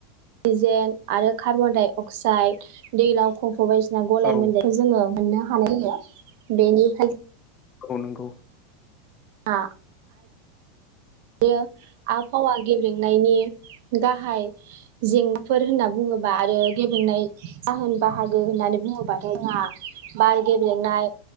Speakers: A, on the right; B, on the left.
A: अक्सिजेन आरो कार्बन डाइ अक्साइड दैलाव खफ'बाय बादि गलाय
B: औ
A: मोन्देरखौ जोङो मोननो हानाया जायो। बेनिफ्राय
B: औ नंगौ।
A: आ बेयो आबहावा गेब्रेंनायनि गाहाय जेंनाफोर होनना बुंङोब्ला आरो गेबेंनाय जाहोन बाहागो होननानै बुंङोबाथाय जोंहा बार गेब्रेंनाय